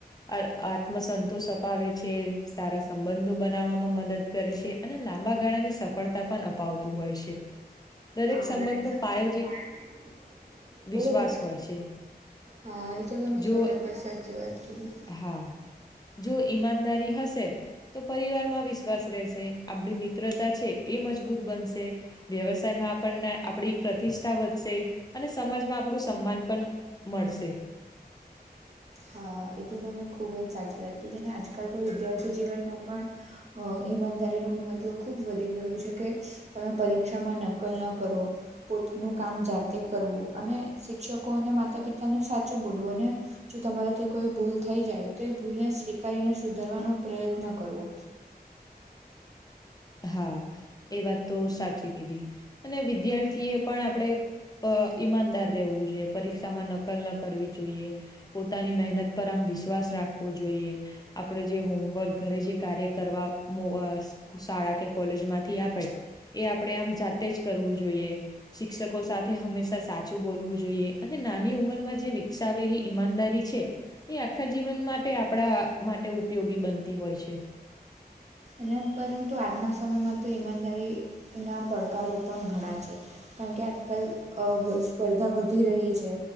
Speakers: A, on the left; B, on the right.
A: આ આત્મ સંતોષ અપાવે છે, સારા સંબંધો બનાવવામાં મદદ કરે છે, અને લા બા ગાળાની સફળતા પણ અપાવતું હોય છે. દરેક
B: હા
A: સંબંધનો
B: <unintelligible>
A: પાયો જ એક
B: બોલો
A: વિશ્વાસ
B: બોલો
A: હોય છે.
B: હા એ તો તમે
A: જો
B: સો ટકા સાચી વાત કીધી.
A: હા. જો ઈમાનદારી હશે. તો પરિવારમાં વિશ્વાસ રહેશે આપણી મિત્રતા છે, એ મજબૂત બનશે વ્યવસાયમાં. આપણને આપણી પ્રતિષ્ઠા વધશે અને સમાજમાં આપણું સન્માન પણ મળશે.
B: હા એ તો તમે ખૂબ જ સાચી વાત કીધી ને આજકાલ તો વિદ્યાર્થી જીવનમાં પણ અ ઈમાનદારીનું મહત્ત્વ ખૂબ વધી ગયું છે, કે તમે પરીક્ષામાં નકલ ન કરો. પોતાનું કામ જાતે કરવું અને શિક્ષકોને માતા પિતાને સાચું બોલવું અને જો તમારાથી કોઈ ભૂલ થઈ જાય તો એ ભૂલને સ્વીકારીને સુધારવાનો પ્રયત્ન કરવો
A: હા એ વાત તો સાચી કીધી અને વિદ્યાર્થી એ પણ આપડે પ ઈમાનદાર રહેવું જોઈએ પરીક્ષામાં નકલ ન કરવી જોઈએ પોતાની મહેનત પર આમ વિશ્વાસ રાખવો જોઈએ. આપડે જે હોમવર્ક ઘરે જે કાર્ય કરવા મો અ શાળા કે કોલેજમાંથી આપે એ આપણેે આમ જાતે જ કરવું જોઈએ શિક્ષકો સા હંમેશા સાચું બોલવું જોઈએ અને નાની ઉંમરમાં જે વિકસાવેલી ઈમાનદારી છે. એ આખા જીવન માટે આપણા માટે ઉપયોગી બનતી હોય છે.
B: અને પરંતુ આજના સમયમાં તો ઈમાનદારીના પડકારો પણ ઘણા છે. કારણ કે આજકાલ અ સ્પર્ધા વધી રહી છે,